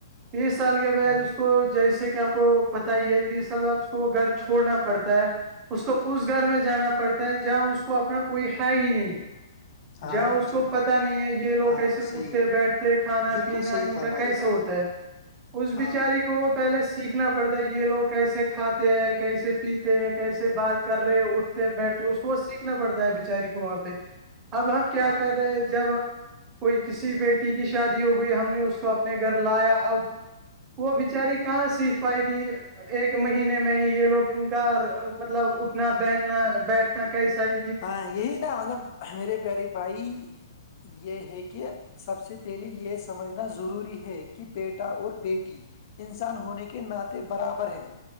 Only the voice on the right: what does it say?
تیس سال کے بعد
اس کو جیسے کہ آ کو پتا ہی ہے تیس سال بعد اس کو وہ گھر چھوڑنا پڑتا ہے اس کو اس گھر میں جانا پڑتا ہے جہ اس کو اپنا کوئی ہے ہی نہیں
جہ اس
کو پتا
نہیں ہے یہ لوگ
ایسے
اٹھتے بیٹھتے کھانا
پینا
ان
کا کیسا
ہوتا
ہے اس
بچاری کو وہ پہلے سیکھنا پڑتا ہے یہ لوگ کیسے کھاتے ہیں کیسے پیتے ہیں کیسے بات کر رہے اٹھتے بیٹھتے اس کو ب سیکھنا پڑتا ہے بچاری کو وہاں پہ اب ہم کیا
کر رہے جب کوئی کسی بیٹی کی شادی ہو گئی ہم نے اس کو اپنے گھر لایا اب وہ بچاری کہاں سیکھ پائے کہ یہ ایک مہینے میں یہ لوگ ان کا مطلب اٹھنا بہننا بیٹھنا کیسا ہی